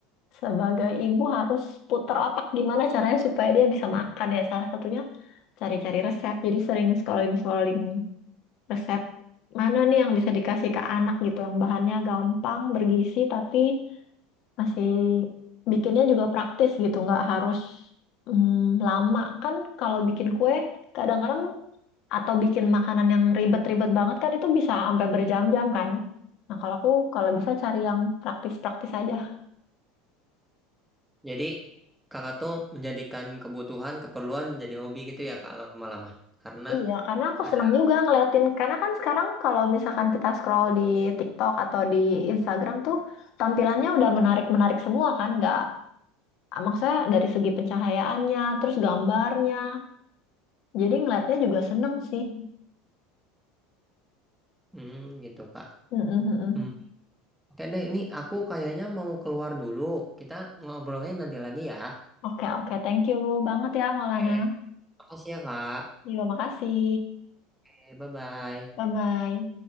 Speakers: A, on the left (about 50°); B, in the centre.
A: sebagai ibu harus putar otak gimana caranya supaya dia bisa makan ya. Salah satunya cari-cari resep. Jadi sering scrolling-scrolling resep mana nih yang bisa dikasih ke anak gitu, yang bahannya gampang, bergizi tapi masih bikinnya juga praktis gitu, nggak harus mm, lama kan kalau bikin kue kadang-kadang atau bikin makanan yang ribet-ribet banget kan itu bisa sampai berjam-jam kan. Nah, kalau aku kalau bisa cari yang praktis-praktis aja.
B: Jadi kakak tuh menjadikan kebutuhan, keperluan jadi hobi gitu ya Kak lama-lama. Karena
A: Iya, karena aku
B: ada
A: seneng juga ngeliatin. Karena kan sekarang kalau misalkan kita scroll di TikTok atau di Instagram tuh tampilannya udah menarik-menarik semua kan, nggak ah, maksudnya dari segi pencahayaannya, terus gambarnya. Jadi ngeliatnya juga seneng sih.
B: hmm, gitu Kak.
A: Mm-mm, mm-mm.
B: Hmm. Oke deh, ini aku kayaknya mau keluar dulu. Kita ngobrolnya nanti lagi ya.
A: Oke, oke, Thank you banget ya Maulana.
B: Eh, makasih ya Kak.
A: Terima makasih
B: Eh, bye-bye.
A: Bye-bye.